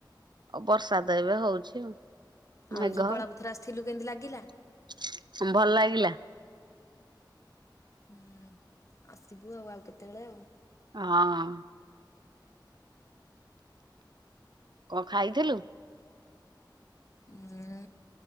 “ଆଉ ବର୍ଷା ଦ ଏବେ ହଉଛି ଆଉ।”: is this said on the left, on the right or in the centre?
Right